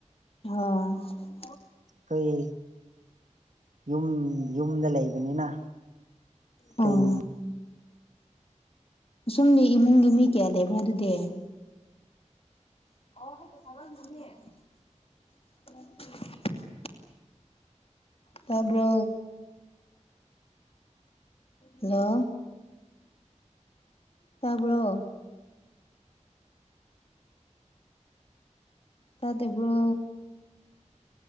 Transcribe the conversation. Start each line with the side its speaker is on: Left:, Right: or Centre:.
Left: ꯑꯣ
Right: ꯀꯩ ꯌꯨꯝ ꯌꯨꯝꯗ ꯂꯩꯕꯅꯤꯅ
Left: ꯑꯣ
Right: ꯀꯩ
Left: ꯁꯨꯝꯗꯤ ꯏꯃꯨꯡꯒꯤ ꯃꯤ ꯀꯌꯥ ꯂꯩꯕ꯭ꯔ ꯑꯗꯨꯗꯤ <unintelligible> ꯇꯕ꯭ꯔꯣ ꯍꯜꯂꯣ ꯇꯕ꯭ꯔꯣ ꯇꯗꯕ꯭ꯔꯣ